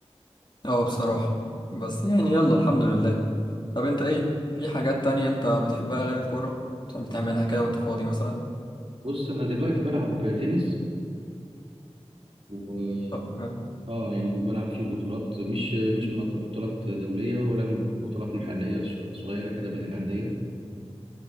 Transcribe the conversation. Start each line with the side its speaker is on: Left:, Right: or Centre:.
Left: أه بصراحة بس يعني يلا الحمد لله طب أنت إيه في حاجات تانية أنت بتحبها غير الكورة بتحب تعملها كده وأنت فاضي مثلا
Right: بص انا دلوقتي بلعب تنس و
Left: طب حلو
Right: اه يعني وبلعب في بطولات مش مش مط- بطولات دوليه ولا بطولات محليه ص- صغيره كده بين الانديه